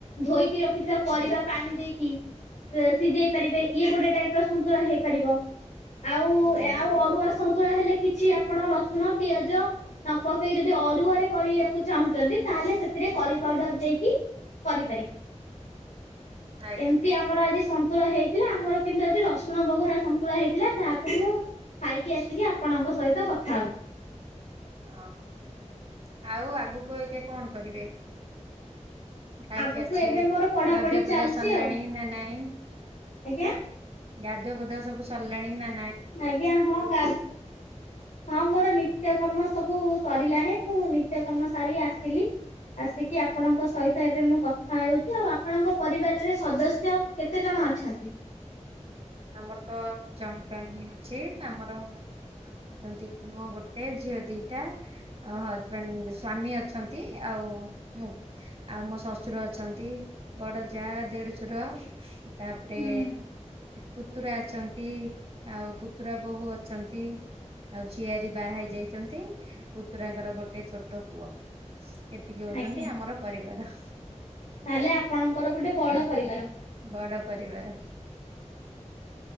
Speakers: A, on the left; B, on the right.
A: ଧୋଇକି ରଖିଥିବା ପରିବା ପାଣି ଦେଇ ସିଝେଇ ପାରିବେ ଇଏ ଗୋଟେ ଟାଇପ ର ସନ୍ତୁଳା ହେଇପାରିବ। ଆଉ
B: ହୁଁ
A: ଆଉ ଅରୁଆ ସନ୍ତୁଳା ହେଲେ କିଛି ଆପଣ ରସୁଣ, ପିଆଜ ନ ପକେଇ ଯଦି ଅରୁଆରେ କରିବା ଚାହୁଚନ୍ତି ତାହେଲେ ସେଥିରେ କରି ପାଉଡର ଦେଇକି କରିପାରିବେ।
B: ଆଜ୍ଞା
A: ଏମତି ଆମର ଆଜି ଶନ୍ତୁ ସନ୍ତୁଳା ହେଇଥିଲା ଆମର କିନ୍ତୁ ଆଜି ରସୁଣ ବଘରା ସନ୍ତୁଳା ହେଇଥିଲା ଯାହାକୁ ମୁଁ ଖାଇକି ଆସିକି ଆପଣଙ୍କ ସହିତ କଥା ହଉଚି।
B: ଓହୋ ଆଉ ଆଗକୁ ଏକା କଣ କରିବେ? ଖାଇକି
A: ଆଗକୁ
B: ଆସିଲେ
A: ଏବେ ମୋର ପଢାପଢି
B: ଗାଧୁଆପାଧୁଆ
A: ଚାଲିଛି
B: ସାରିଲାଣି
A: ଆଉ
B: ନା ନାଇଁ?
A: ଆଜ୍ଞା?
B: ଗାଧୂଆପାଧୁଆ ସବୁ ସରିଲାଣି ନାଁ
A: ଆଜ୍ଞା ହଁ, ଗାଧ ହଁ ମୋର ନିତ୍ୟକର୍ମ ସବୁ ସରିଲାଣି ମୁଁ ନିତ୍ୟ କର୍ମ ସାରି ଆସିଲି। ଆସିକି ଆପଣଙ୍କ ସହିତ ଏବେ ମୁଁ କଥା ହେଉଛି ଆଉ ଆପଣଙ୍କ ପରିବାରରେ ସଦସ୍ୟ କେତେ ଜଣ? ହଁ ଅଛନ୍ତି।
B: ଆମର ତ ଜଏଣ୍ଟ ଫାମିଲି ଅଛି ଆମର ଛନ୍ତି ପୁଅ ଗୋଟେ ଝିଅ ଦିଟା ଆଉ ହଜବାଣ୍ଡ ସ୍ଵାମୀ ଅଛନ୍ତି ଆଉ ଆଉ ମୁଁ ଆଉ ମୋ ଶଶୁର ଅଛନ୍ତି ବଡ ଯା ଦେଢଶୁର ତାପରେ
A: ହୁଁ
B: ପୁତୁରା ଅଛନ୍ତି ଆଉ ପୁତୁରା ବୋହୂ ଅଛନ୍ତି। ଆଉ ଝିଆରୀ ବାହା ହେଇ ଯାଇଚନ୍ତି ପୁତୁରାଙ୍କର ଗୋଟେ ଗୋଟେ ଛୋଟ ପୁଅ ଏତିକି ହଉଚନ୍ତି
A: ଆଜ୍ଞା।
B: ଆମର ପରିବାର।
A: ତାହେଲେ ଆପଣଙ୍କର ଗୋଟେ ବଡ ପରିବାର।
B: ବଡ ପରିବାର।